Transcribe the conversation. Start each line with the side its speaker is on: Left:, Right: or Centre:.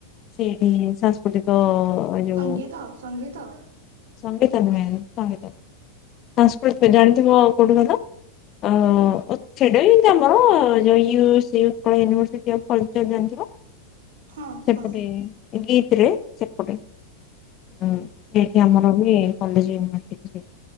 Left: ସେଇଠି ହିଁ ସାଂସ୍କୃତିକ ଯୋଉ
Right: ସଙ୍ଗୀତ ସଙ୍ଗୀତ
Left: ସଙ୍ଗୀତ ନୁହେ ସଙ୍ଗୀତନୁହେଁ ସଂସ୍କୃତିକ ଜାଣିଥିବ ଆଉ କୋଉଠି କହିଲ ଅ ସେଟା ଏମତି ଆମର ଯଉ ୟୁ ସି ଉ ୟୁନିଭର୍ସିଟି ଅଫ୍ କଲଚର ଜାଣିଥିବ।
Right: ହଁ
Left: ସେପଟେ
Right: ହଁ ହୁଁ
Left: ଗୀତ୍ ରେ ସେପଟେ ହଁ। ସେ ଆମର ବି କଲେଜ ୟୁନିଭରସିଟିରେ।